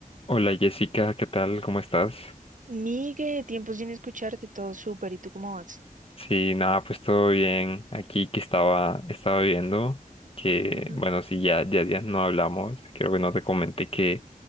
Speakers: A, on the left; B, on the right.
A: Hola Jessica, ¿qué tal? ¿Cómo estás?
B: Migue, tiempo sin escucharte, todo súper. ¿Y tú cómo vas?
A: Sí, nada, pues todo bien. Aquí que estaba, estaba viendo que,
B: Ujú.
A: bueno, sí, ya, ya, ya no hablamos. Creo que no te comenté que